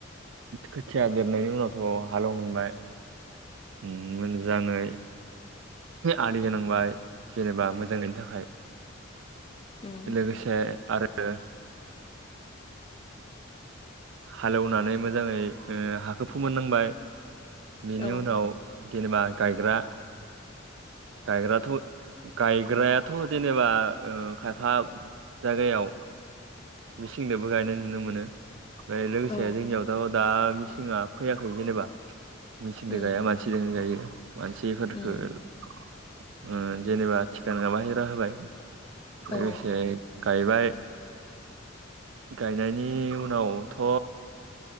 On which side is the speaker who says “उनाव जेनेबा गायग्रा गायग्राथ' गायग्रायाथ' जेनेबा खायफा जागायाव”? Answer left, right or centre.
Right